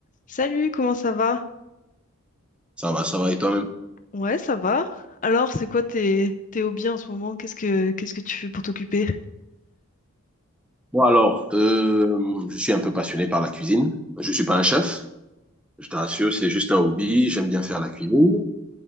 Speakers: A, on the left; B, in the centre.
A: Salut, comment ça va?
B: Ça va, ça va. Et toi-même?
A: Ouais, ça va. Alors, c'est quoi tes, tes hobbies en ce moment? Qu'est-ce que qu'est-ce que tu fais pour t'occuper?
B: Bon, alors, euh, je suis un peu passionné par la cuisine. Je ne suis pas un chef, je te rassure, c'est juste un hobby. J'aime bien faire la cuisine.